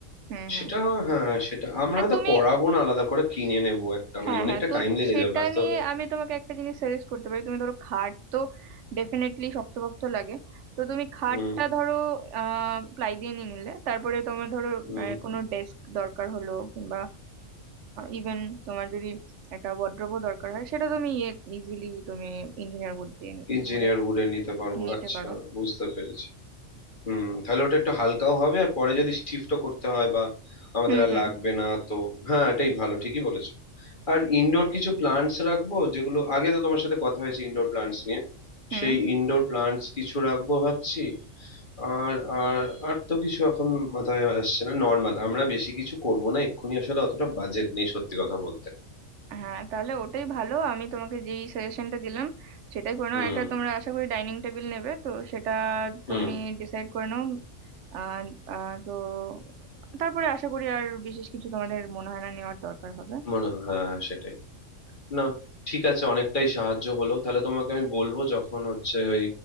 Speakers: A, on the right (about 65°); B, on the left (about 40°).
A: হুম
B: সেটা
A: হুম
B: হ্যাঁ সেটা আমরা
A: আর
B: হয়তো
A: তুমি
B: করাবো না আলাদা করে কিনে নেবো একটা
A: হ্যাঁ
B: মানে অনেকটা
A: হ্যাঁ তো
B: টাইম লেগে
A: সেটা
B: যাবে আসতে
A: নিয়ে
B: হলে
A: আমি তোমাকে একটা জিনিস সাজেস্ট করতে পারি তুমি ধরো খাট তো ডেফিনেটলি শক্তপোক্ত লাগে তো তুমি খাটটা
B: হুম
A: ধরো আহ প্লাই দিয়ে নিয়ে নিলে তারপরে তোমার ধরো
B: হুম
A: আহ, কোনো ডেস্ক দরকার হলো কিংবা ইভেন তোমার যদি একটা ওয়ার্ড্রোবও দরকার হয় সেটা তুমি ইজিলি তুমি ইঞ্জিনিয়ার বোর্ড দিয়ে
B: ইঞ্জিনিয়ার
A: বোর্ডের
B: উডেন নিতে পারবো
A: নিতে
B: আচ্ছা
A: পারো
B: বুঝতে পেরেছি হুম তাহলে ওটা একটু হালকাও হবে আর পরে যদি শিফটও করতে হয় বা আমাদের
A: হুম
B: আর
A: হুম
B: লাগবে না তো হ্যাঁ এটাই ভালো ঠিকই বলেছো আর ইনডোর কিছু প্লান্টস রাখবো যেগুলো আগে তো তোমার সাথে কথা হয়েছে ইনডোর প্লান্টস নিয়ে
A: হুম
B: সেই ইনডোর প্লান্টস কিছু রাখবো ভাবছি আর আর আর তো কিছু এখন মাথায় আসছে না নর্মাল আমরা বেশি কিছু করব না এক্ষুনি আসলে অতটা বাজেট নেই সত্যি কথা বলতে
A: হ্যাঁ তাহলে ওটাই ভালো আমি তোমাকে যেই সাজেশনটা দিলাম সেটাই করে নাও
B: হুম
A: একটা তোমরা আশা করি ডাইনিং টেবিল নেবে তো সেটা তুমি
B: হুম
A: ডিসাইড করে নাও আহ, আহ, তো তারপরে আশা করি আর বিশেষ কিছু তোমাদের মনে হয় না নেওয়ার দরকার হবে
B: মনে হয় হ্যাঁ সেটাই না ঠিক আছে অনেকটাই সাহায্য হলো তাহলে তোমাকে আমি বলবো যখন হচ্ছে ওই